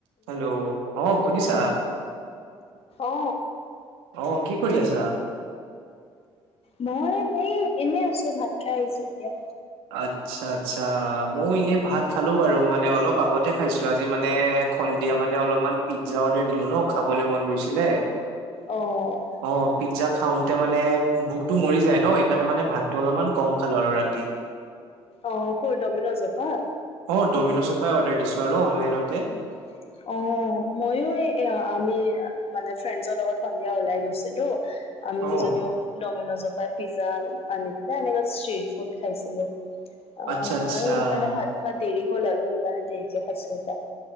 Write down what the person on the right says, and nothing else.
Hello, অহ শুনিছা?
অহ, কি কৰি আছা?
আচ্ছা-আচ্ছা, ময়ো এনে ভাত খালো বাৰু মানে অলপ আগতে খাইছিলো আজি মানে সন্ধিয়া মানে অলপমান পিজ্জা অৰ্ডাৰ দিলো ন খাবলৈ মন গৈছিলে।
অ, পিজ্জা খাওতে মানে ভোকটো মৰি যায় ন' এইকাৰণে মানে ভাতটো অলমান কম খালো আৰু ৰাতি।
অ, ডমিনছৰ পৰাই অৰ্ডাৰ দিছো আৰু অনলাইনতে।
অ
আচ্ছা
আচ্ছা